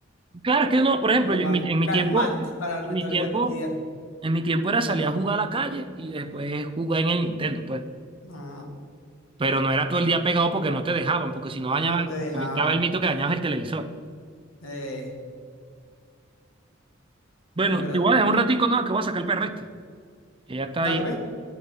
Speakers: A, on the right; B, on the left.
A: Claro, es que no, por
B: como
A: ejemplo,
B: lo
A: yo
B: más
A: en mi, en mi
B: calmante
A: tiempo,
B: para
A: en
B: nuestra
A: mi tiempo,
B: vida cotidiana.
A: En mi tiempo era salir a jugar a la calle y después jugar en el Nintendo, pues.
B: No,
A: Pero no era todo el día pegado porque no te dejaban, porque si no dañaban,
B: no, no te dejaban,
A: estaba el mito que dañabas el televisor.
B: eh,
A: Bueno,
B: es verdad.
A: te voy a dejar un ratico, no, que voy a sacar el perro este. Que ya está
B: Dale,
A: ahí.
B: ve.